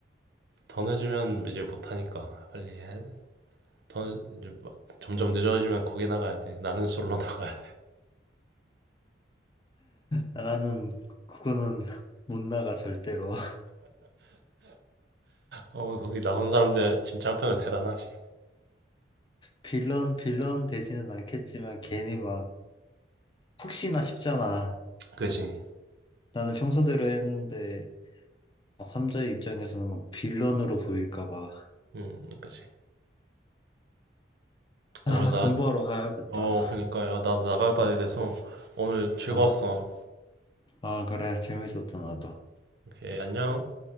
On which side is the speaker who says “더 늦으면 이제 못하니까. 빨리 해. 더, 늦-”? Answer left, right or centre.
Right